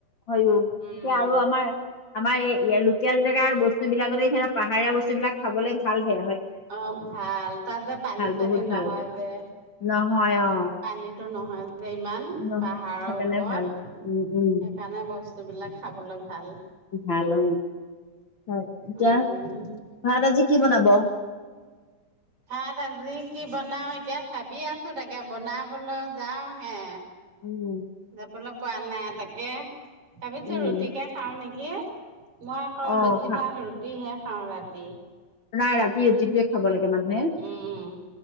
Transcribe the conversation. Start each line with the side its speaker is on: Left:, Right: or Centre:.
Left: হয়
Right: উম
Left: এতিয়া আৰু আমাৰ আমাৰ এই লোকেল জেগাৰ বস্তু বিলাকতে সে পাহাৰীয়া বস্তুলাক খাব ভাল হে
Right: অ' ভাল তাত যে পানী চানী
Left: বহুত ভাল
Right: নহয়। যে
Left: নহয় অ
Right: পানীটো নহয় যে ইমান
Left: নহয়
Right: পাহাৰৰ
Left: সেইকাৰণে
Right: ওপৰত
Left: ভাল উম উম
Right: সেইকাৰণে বস্তুবিলাক খাবলৈ ভাল।
Left: ভাল অ হয় এতিয়া
Right: উম
Left: ভাত আজি কি বনাব। <inaudible>
Right: ভাত আজি কি বনাওঁ এতিয়া ভাবি আছো তাকে বনাবলৈ যাওঁ হে।
Left: উম
Right: যাবলৈ পোৱা নাই তাকে ভাবিছো
Left: উম
Right: ৰুটিকে খাওঁ নেকি? মই আকৌ
Left: অ
Right: বেছিভাগ
Left: ভা
Right: ৰুটিহে খাওঁ ৰাতি।
Left: নাই ৰাতি ৰুতিটোয়ে খাব লাগে মানুহে,
Right: উম,